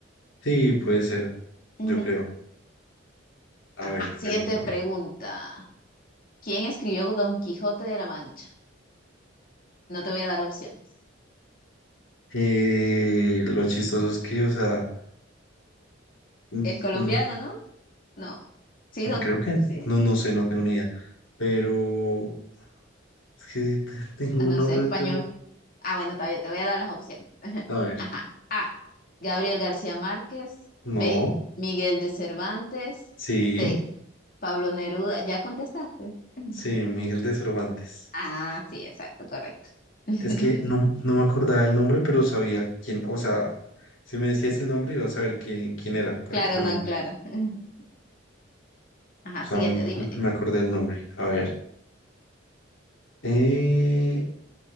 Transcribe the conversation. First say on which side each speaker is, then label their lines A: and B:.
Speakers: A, on the left (about 75°); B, on the left (about 45°).
A: sí, puede ser,
B: Ujú.
A: yo creo. A
B: Ajá,
A: ver,
B: siguiente
A: pregúntame.
B: pregunta. ¿Quién escribió Don Quijote de la Mancha? No te voy a dar opciones.
A: Eh, lo chistoso es que, o sea, mm,
B: Es colombiano,
A: mm,
B: ¿no? No. Sí,
A: mm,
B: don...
A: creo que,
B: sí.
A: no, no sé, no tengo ni idea, pero es que te- <laughs> tengo
B: Ah,
A: un
B: No
A: nombre,
B: sé, español.
A: pero,
B: Ah, bueno, todavía te voy a dar las opciones. <laughs>
A: a ver,
B: Ajá. A. Gabriel García Márquez.
A: no,
B: B. Miguel de Cervantes.
A: sí,
B: C. Pablo Neruda. ¿Ya contestaste? <laughs>
A: sí, Miguel de Cervantes.
B: Ah, sí, exacto, correcto. <laughs>
A: Es que no, no me acordaba el nombre, pero sabía quién, o sea, si me decías el nombre, iba a saber quién, quién era prácticamente.
B: Claro, no, claro. <laughs> Ajá,
A: O sea,
B: siguiente,
A: mm,
B: dime,
A: mm,
B: dime.
A: me acordé del nombre. A ver, eh,